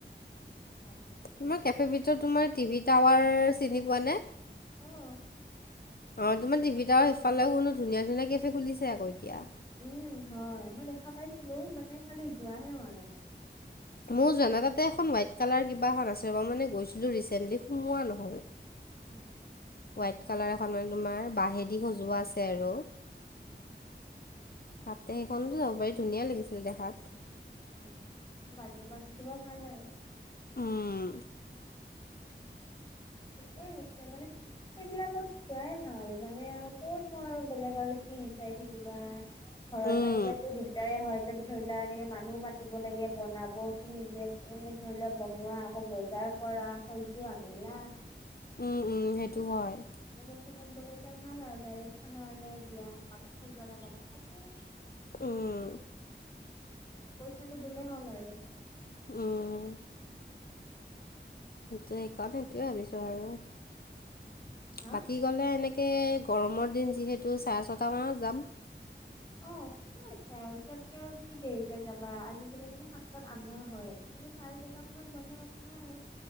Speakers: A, on the left (about 25°); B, on the left (about 55°).
A: ভাল এখন।
B: তোমাক কেফেবিটো তোমাৰ টিভি টাৱাৰ চিনি পোৱা নে?
A: অ'।
B: অঁ তোমাৰ টিভিতটা আৰু সেইফালেও শুনো ধুনীয়া ধুনীয়া কেফে খুলিছে আক এতিয়া।
A: উম হয় মই দেখা পাইছিলো মানে খালি যোৱাহে হোৱা নাই।
B: মৌ যোৱা নাই তাতে এখন হোৱাইট কালাৰ কিবা এখন আছিল ৰ মানে গৈছিলো ৰিচেণ্টলি সোমোৱা নহ'ল।
A: অ'।
B: হোৱাইট কালাৰ এখন মানে তোমাৰ বাহেদি সজোৱা আছে আৰু।
A: উম।
B: তাতে সেইখনতো যাব পাৰি ধুনীয়া লাগিছিলে দেখাত।
A: অম বাৰ্থডে পাৰ্টি দিব ভাল আৰু।
B: উম।
A: তাকে তাৰমানে সেইবিলাকত যোৱাই ভাল মানে আৰু কত নো আৰু বেলেগ কি বিচাৰি থাকিবা। ঘৰত
B: উম,
A: পাতিলেতো দিগদাৰে হয় এতিয়া ধৰি লোৱা এনেকে মানুহো মাতিব লাগে বনাব ত নিজে মানে ধৰি লোৱা বনোৱা আকৌ বজাৰ কৰা সজু আ মেলা
B: উম উম সেইটো হয়।
A: <unintelligible> গলেটো ভালে ডাইৰেক্ খানা অৰ্ডাৰ দিয়া বাকী সজোৱা মেলাটো থাকেই।
B: উম।
A: পইচাটো দিলেই হ'ল আৰু।
B: উম। সেইটো সেইকাৰণে সেইটোয়ে ভাবিছো আৰু
A: হা
B: বাকী গলে এনেকে তকে গৰমৰ দিন যিহেতু চাৰে ছটামানত যাম।
A: অ ঠিকে আছে আৰু তাতকে আৰু কি দেৰিকে যাবা আজিকালি মানে হাতাত আন্ধাৰ হয়েই। মই বোলো চাৰে ছটামানত গলে কথা নাই আৰু।